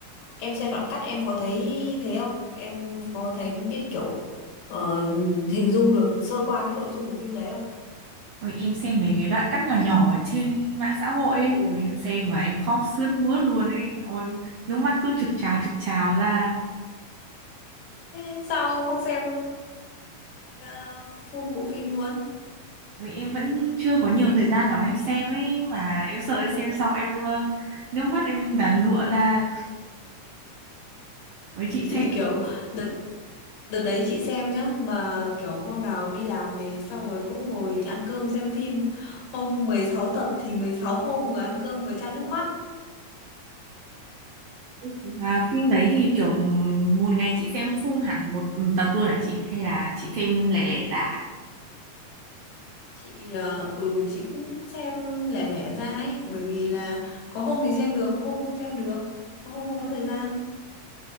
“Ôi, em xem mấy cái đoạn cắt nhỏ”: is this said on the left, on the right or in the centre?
Right